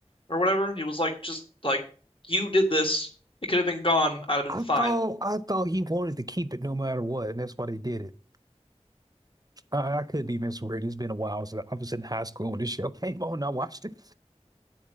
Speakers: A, on the left; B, on the right.
A: or whatever. He was like, just like you did this. It could have been gone. I'd have been
B: I
A: fine.
B: thought I thought he wanted to keep it no matter what, and that's why they did it. I, I could be misread. It's been a while since I was in high school when this show <laughs> came on. and I watched it.